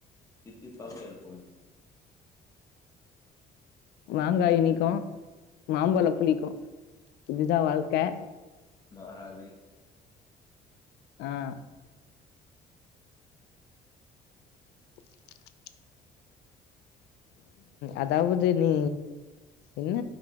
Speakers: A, on the left (about 20°); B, on the left (about 80°).
A: தித்திப்பாக இருக்கும்
B: மாங்காய் இனிக்கும் மாம்பழம் புளிக்கும் இதுதான் வாழ்க்கை
A: மாறாது
B: ஆ <inaudible> அதாவது நீ என்ன